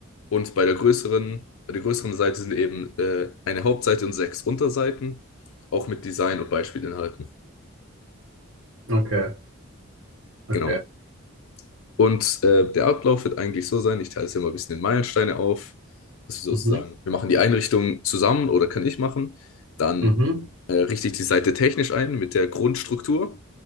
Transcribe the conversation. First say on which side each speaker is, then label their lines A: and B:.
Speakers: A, on the left (about 75°); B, on the right (about 70°).
A: Und bei der größeren, bei der größeren Seite sind eben äh, eine Hauptseite und sechs Unterseiten, auch mit Design und Beispielinhalten.
B: okay, okay,
A: Genau. Und äh, der Ablauf wird eigentlich so sein, ich teile es ja mal ein bisschen in Meilensteine auf, dass wir
B: mhm,
A: sozusagen, wir machen die Einrichtung zusammen oder kann ich machen, dann
B: mhm,
A: äh, richte ich die Seite technisch ein mit der Grundstruktur,